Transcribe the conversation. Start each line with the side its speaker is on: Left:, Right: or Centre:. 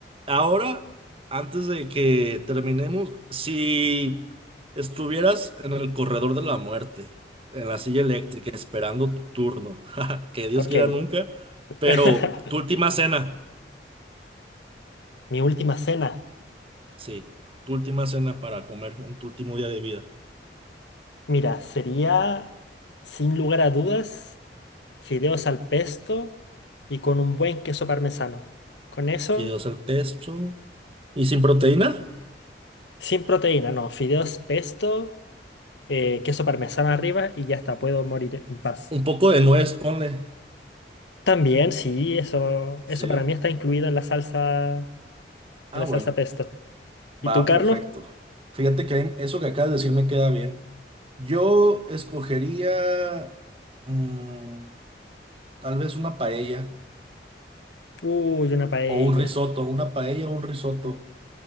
Right: Ahora, antes de que terminemos, si estuvieras en el corredor de la muerte, en la silla eléctrica, esperando tu turno, <laughs> que Dios
Left: Ok.
Right: quiera nunca, pero
Left: <laughs>
Right: tu última cena,
Left: Mi última cena.
Right: sí, tu última cena para comer en tu último día de vida,
Left: Mira, sería, sin lugar a dudas, fideos al pesto y con un buen queso parmesano. Con eso,
Right: fideos al pesto y sin proteína,
Left: sin proteína, no, fideos pesto, eh, queso parmesano arriba y ya está, puedo morir en paz.
Right: un poco de nuez, ponle,
Left: También, sí, eso,
Right: sí.
Left: eso para mí está incluido en la salsa,
Right: Ah,
Left: en la
Right: bueno,
Left: salsa pesto. ¿Y
Right: va,
Left: tú, Carlos?
Right: perfecto. Fíjate que eso que acabas de decir me queda bien. Yo escogería mm, tal vez una paella
Left: Uy, una paella.
Right: o un risotto, una paella o un risotto,